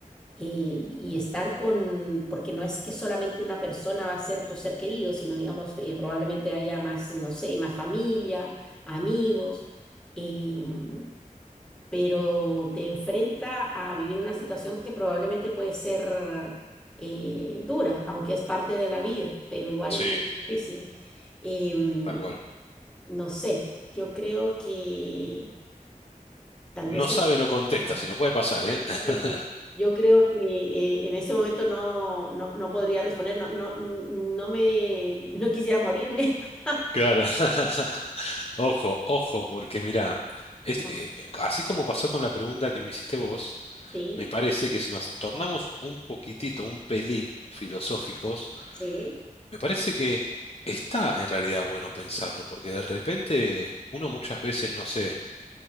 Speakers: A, in the centre; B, on the left.
A: Eh, y estar con, porque no es que solamente una persona va a ser tu ser querido, sino, digamos, eh, probablemente haya más, no sé, más familia, amigos. em, pero te enfrenta a vivir una situación que probablemente puede ser eh, dura, aunque es parte de la vida, pero igual
B: Sí,
A: difícil. Em,
B: tal cual.
A: no sé, yo creo que tal vez...
B: No sabe,
A: el-
B: no contesta,
A: Ah,
B: si no puede pasar,
A: Exactamente.
B: ¿eh? <laughs>
A: Yo creo que eh, en ese momento no, no, no podría responder, no, no, no me, no quisiera morirme. <laughs>
B: Claro. <laughs> Ojo, ojo, porque mirá, este,
A: Ah.
B: eh, así como pasó con la pregunta que me hiciste vos.
A: Sí,
B: me parece que si nos tornamos un poquitito, un pelín filosóficos,
A: sí.
B: me parece que está en realidad bueno pensarlo, porque de repente uno muchas veces, no sé,